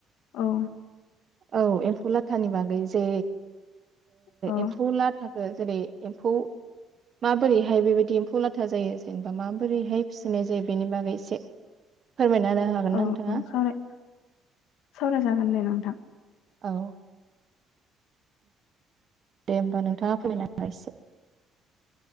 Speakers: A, on the left; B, on the right.
A: औ।
B: औ एम्फौ लाथानि बागै जे
A: औ
B: एम्फौ लाथा। जेरै एम्फौ माबोरैहाय बेबायदि एम्फौ लाथा जायो जेनेबा माबोरैहाय फिसिनाय जायो बेनि बागै एसे फोरमायना होनो हागोन
A: औ
B: ना
A: औ
B: नोंथाङा?
A: सावराय सावरायजागोन दे नोंथां।
B: औ। दे होनबा नों नोथाङा फोरमाना सोनार एसे